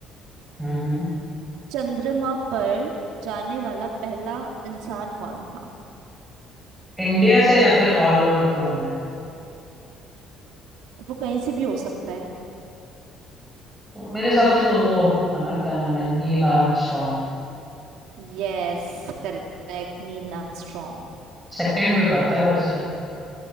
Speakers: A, in the centre; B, on the right (about 85°).
A: हम्म हम्म
B: चंद्रमा पर जाने वाला पहला इंसान कौन था
A: इंडिया से या फिर ऑल ओवर द वर्ल्ड
B: वो कहीं से भी हो सकता है
A: तो मेरे हिसाब से तो वो था ना क्या नाम है नील आर्मस्ट्रॉन्ग
B: Yes correct Neil Armstrong
A: सेकंड भी पता है वैसे